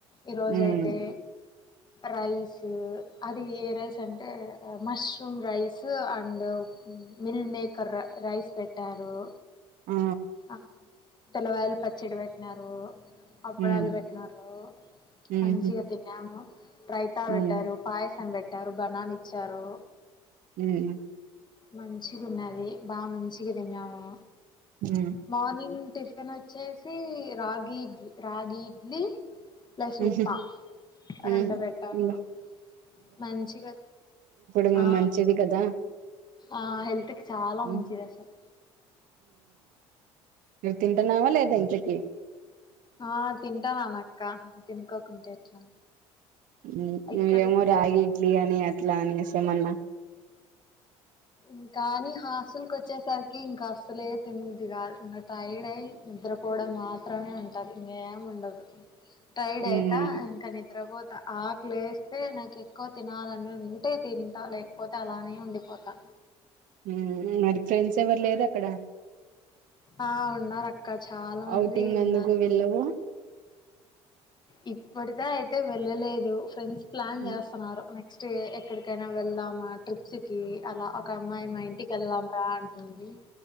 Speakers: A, on the left; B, on the right.
A: ఈరోజు
B: ఉమ్
A: అయితే రైస్ అది ఏ రైస్ అంటే mushroom rice and meal maker రై రైస్ పెట్టారు
B: ఆ ఆ
A: ఆ తెల్లవాయలు పచ్చిడి వెట్టినారు అప్పాడాలు
B: ఉమ్
A: వెట్టినారు
B: ఉహు
A: మంచిగా తిన్నాము రైతా వెట్టారు
B: ఉమ్
A: పాయస్ తం వెట్టారు బననా ఇచ్చారు
B: ని
A: మంచి గున్నది బా మంచిగా తిన్నాము
B: ఉమ్
A: మార్నింగ్ టిఫ్ తను వచ్చేసి రాగి ఇడ్లీ రాగి ఇడ్లీ ప్లస్
B: ఉహు
A: ఉప్పా
B: ఉమ్
A: రెండు వెట్టను
B: ఇంగ
A: మంచిగా
B: ఈమె
A: ఆ
B: మంచిది కదా
A: ఆ హెల్త్క్ చాలా
B: ఉమ్
A: మంచిది అసల్
B: మీరు తింటున్నావా లేదా ఇంతకి
A: ఆ తింటాను అనక్క తినుకోకుంటే ఎట్లా
B: ఉ నువ్వేమో
A: ఇక్కడే
B: రాగి ఇడ్లీ అని అట్లా అనేసి ఏమన్నా
A: ఉమ్ కానీ ఆస్తులుకు వచ్చేసరికి ఇంకా అసలే తినబుద్ధి గాదు ఇంకా టైడ్ అయ్య నిద్రపోవడం మాత్రమే ఉంటది ఇంగ ఏం ఉండదు టైడ్ అయితా
B: ఉమ్
A: ఇంకా నిద్ర వోత్ ఆకులు లేస్తే నాకు ఎక్కువ తినాలని నును తింటే తింటా లేకపోతే అలానే నేను వండిపోతా
B: ఉహు మరి ఫ్రెండ్స్ ఎవరు లేరు అక్కడ
A: ఆ ఉన్నారు అక్క చాలా మంది
B: ఔటింగ్
A: ఉన్నారు
B: అందుకు వెళ్ళవు
A: ఇప్పటిద అయితే వెళ్ళలేదు ఫ్రెండ్స్ ప్లాన్
B: ఉమ్
A: చేస్తున్నారు మేక్ నెక్స్ట్ ఎక్కడికైనా వెళదామా ట్రిప్స్కి అలా ఒక అమ్మాయి మా ఇంటికి వెళ్ళాం రా ఆన్ దుంది